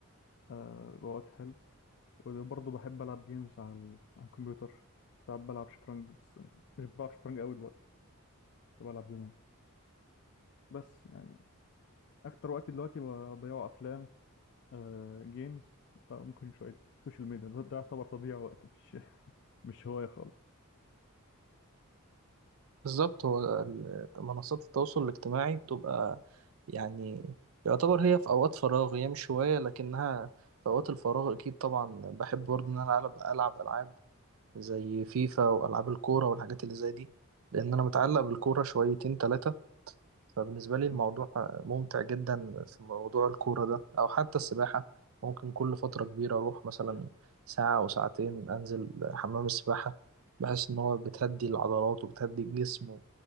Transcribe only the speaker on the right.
بالظبط هو ال- منصات التواصل الاجتماعي بتبقى يعني يعتبر هي في أوقات فراغ هي مش هواية لكنها في أوقات الفراغ أكيد طبعا بحب برضه إن أنا ألعب ألعب ألعاب زي فيفا وألعاب الكورة والحاجات اللي زي دي لأن أنا متعلق بالكورة شويتين تلاتة فبالنسبة لي الموضوع
ممتع جدا في موضوع الكورة ده أو حتى السباحة ممكن كل فترة كبيرة أروح مثلا ساعة أو ساعتين أنزل حمام السباحة بحس إن هو بتهدي العضلات وبتهدي الجسم